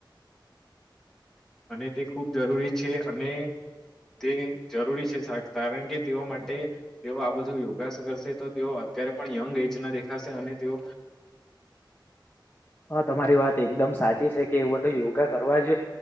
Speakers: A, in the centre; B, on the left.
A: અને તે ખુબ જરૂરી છે અને તે જરૂરી છે કારણ કે તેઓ માટે તેઓ આ બધું યોગાસ કરશે તો તેઓ અત્યારે પણ યંગ એજ ના દેખાશે અને તેઓ
B: <unintelligible> હા તમારી વાત એકદમ સાચી છે કે એવું તો યોગા કરવા જ